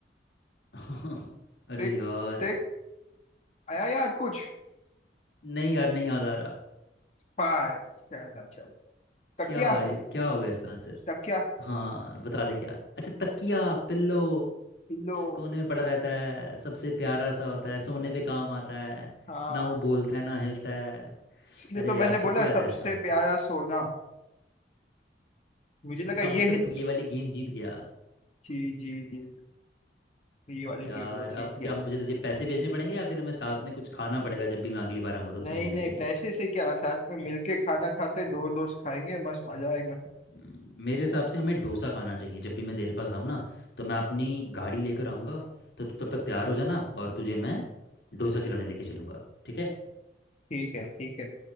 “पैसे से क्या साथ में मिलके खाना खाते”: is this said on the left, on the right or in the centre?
Left